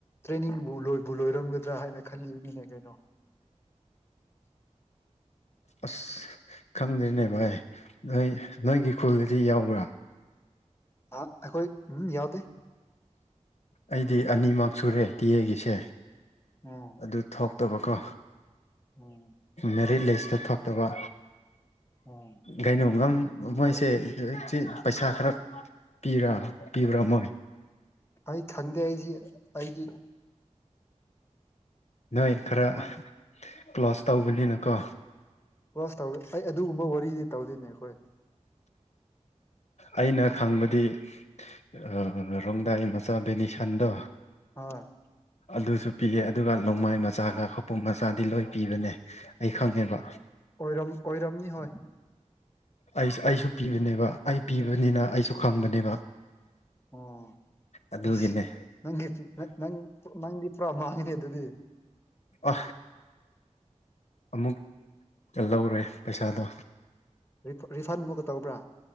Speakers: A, on the left; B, on the left.
A: ꯇ꯭ꯔꯦꯅꯤꯡꯕꯨ ꯂꯣꯏꯕꯨ ꯂꯣꯏꯔꯝꯒꯗ꯭ꯔꯥ ꯍꯥꯏꯅ ꯈꯜꯂꯤꯕꯒꯤꯅꯦ ꯀꯩꯅꯣ
B: ꯑꯁ ꯈꯪꯗ꯭ꯔꯅ‌ꯦ ꯚꯥꯏ ꯅꯣꯏ ꯅꯣꯏꯒꯤ ꯈꯨꯜꯗꯤ ꯌꯥꯎꯕ꯭ꯔꯥ
A: ꯑ ꯑꯩꯈꯣꯏ ꯎꯝ ꯌꯥꯎꯗꯦ
B: ꯑꯩꯗꯤ ꯑꯅꯤꯃꯛ ꯁꯨꯔꯦ ꯇꯤ ꯑꯦꯒꯤꯁꯦ
A: ꯑꯣ
B: ꯑꯗꯨ ꯊꯣꯛꯇꯕꯀꯣ
A: ꯑꯣ
B: ꯃꯦꯔꯤꯠ ꯂꯤꯁꯇꯨ ꯊꯣꯛꯇꯕ
A: ꯎꯝ
B: ꯀꯩꯅꯣꯒ ꯃꯣꯏꯁꯦ ꯍꯧ ꯄꯩꯁꯥ ꯈꯔ ꯄꯤꯕ꯭ꯔꯥ ꯄꯤꯕ꯭ꯔꯥ ꯃꯣꯏ
A: ꯑꯩ ꯈꯪꯗꯦ ꯑꯩꯗꯤ ꯑꯩꯗꯤ
B: ꯅꯣꯏ ꯈꯔ
A: ꯑꯗꯨꯃꯥꯏ
B: ꯀ꯭ꯂꯣꯁ ꯇꯧꯕꯅꯤꯅꯀꯣ
A: ꯀ꯭ꯔ‌ꯣꯁ ꯇꯧ ꯑꯩ ꯑꯗꯨꯒꯨꯝꯕ ꯋꯥꯔꯤꯗꯤ ꯇꯧꯗ‌ꯦꯅꯦ ꯑꯩꯈꯣꯏ
B: ꯑꯩꯅ ꯈꯪꯕꯗꯤ ꯑ ꯔꯣꯡꯗꯥꯏ ꯃꯆꯥ ꯕ‌ꯦꯅꯤꯁꯟꯗꯣ
A: ꯍꯣꯏ
B: ꯑꯗꯨꯁꯨ ꯄꯤꯌꯦ ꯑꯗꯨꯒ ꯅꯣꯡꯃꯥꯏ ꯃꯆꯥꯒ ꯈꯄꯣꯡ ꯃꯆꯥꯗꯤ ꯂꯣꯏ ꯄꯤꯕꯅꯦ ꯑꯩ ꯈꯪꯉꯦꯕ
A: ꯑꯣꯏꯔꯝ ꯑꯣꯏꯔꯝꯅꯤ ꯍꯣꯏ
B: ꯑꯩ ꯑꯩꯁꯨ ꯄꯤꯕꯅꯦꯕ ꯑꯩ ꯄꯤꯕꯅꯤꯅ ꯑꯩꯁꯨ ꯈꯪꯕꯅꯦꯕ
A: ꯑꯣ
B: ꯑꯗꯨꯒꯤꯅꯦ
A: ꯑꯁ ꯅꯪꯒꯤ ꯅꯪ ꯅꯪ ꯅꯪꯗꯤ ꯄꯨꯔꯥ ꯃꯥꯡꯉꯤꯅꯦ ꯑꯗꯨꯗꯤ
B: ꯑ ꯑꯃꯨꯛ ꯂꯧꯔꯦ ꯄꯩꯁꯥꯗꯣ
A: ꯔꯤ ꯔꯤꯐꯟ ꯑꯃꯨꯛꯀ ꯇꯧꯕ꯭ꯔꯥ